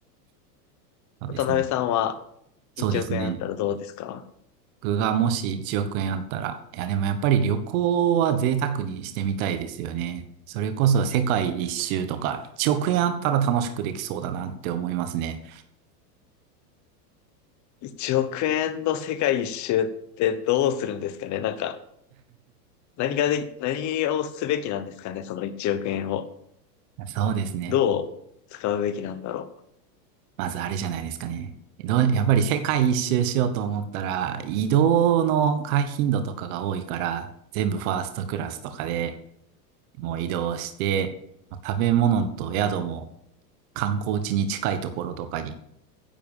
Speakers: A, on the right; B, on the left.
A: そうですね。
B: 渡辺さんは
A: そうですね。
B: 1億円あったらどうですか
A: 僕がもし1億円あったら、いやでもやっぱり旅行は贅沢にしてみたいですよね。それこそ世界一周とか1億円あったら楽しくできそうだなって思いますね。
B: ?1 億円の世界一周ってどうするんですかねなんか、何がで、何をすべきなんですかねその1億円を。
A: そうですね。
B: どう使うべきなんだろ
A: まずあれじゃないですかね。どう、やっぱり世界一周しようと思ったら、移動の回頻度とかが多いから、全部ファーストクラスとかでもう移動して、食べ物と宿も観光地に近いところとかに、